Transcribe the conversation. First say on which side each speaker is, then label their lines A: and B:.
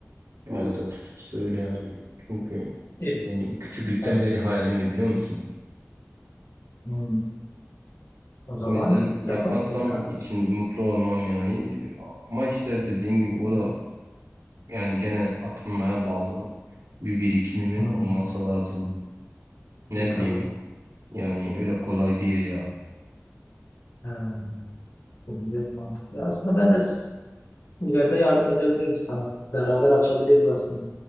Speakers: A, on the right (about 85°); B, on the left (about 60°).
A: Evet açıkçası öyle yani. Çünkü
B: İyi.
A: benim küçüklükten
B: Ha,
A: beri hayalimdi biliyor musun?
B: hı. O zaman
A: O yüzden yapmazsam
B: yaparsın ya.
A: içim mutlu olmam yani. Ama işte dediğin gibi o da yani gene atılmaya bağlı bir birikimimin
B: Hı.
A: olması lazım. Ne
B: E, tabii.
A: bileyim yani öyle kolay değil ya.
B: Ha. Bu bir mantıklı. Aslında ben de s- İleride yardım edebilirim sana. Beraber açabiliriz aslında